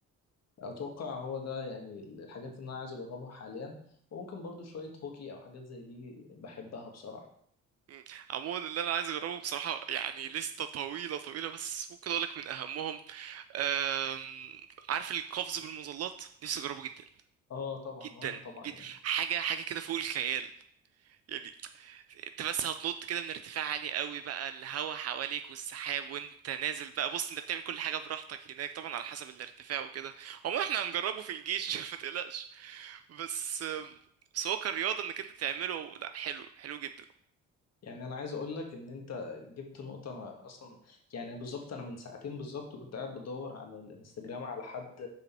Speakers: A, on the left; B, on the right.
A: اتوقع هو ده يعني الحاجات اللي انا عايز اجربها حاليا وممكن برضو شوية هوكي او حاجات زي دي بحبها بصراحة
B: مم. عموما اللي انا عايز اجربه بصراحة يعني لستة طويلة طويلة بس ممكن اقولك من اهمهم أم... عارف القفز بالمظلات نفسي اجربه جدا
A: اه طبعا
B: جدا
A: وانا طبعا
B: جدا
A: يعني
B: حاجة حاجة كده فوق الخيال يعني انت بس هتنط كده من ارتفاع عالي قوي بقى الهوا حواليك والسحاب وانت نازل بقى بص انت بتعمل كل حاجه براحتك هناك طبعا على حسب الارتفاع وكده هو احنا هنجربه في الجيش <laughs> ما تقلقش بس بس هو كرياضه انك انت تعمله لا حلو حلو جدا
A: يعني انا عايز اقول لك ان انت جبت نقطة انا اصلا يعني بالظبط انا من ساعتين بالظبط كنت قاعد بدور على الانستجرام على حد